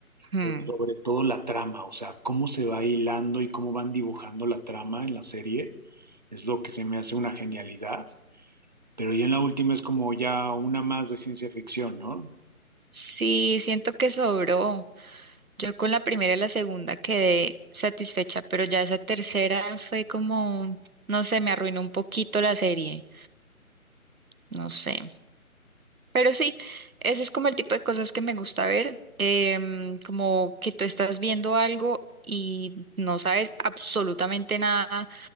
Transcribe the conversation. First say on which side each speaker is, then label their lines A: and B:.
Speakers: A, on the right; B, on the right.
A: Hmm.
B: pero sobre todo la trama, o sea, cómo se va hilando y cómo van dibujando la trama en la serie, es lo que se me hace una genialidad. Pero ya en la última es como ya una más de ciencia ficción, ¿no?
A: Sí, siento que sobró. Yo con la primera y la segunda quedé satisfecha, pero ya esa tercera fue como, no sé, me arruinó un poquito la serie, no sé. Pero sí, ese es como el tipo de cosas que me gusta ver, em, como que tú estás viendo algo y no sabes absolutamente nada,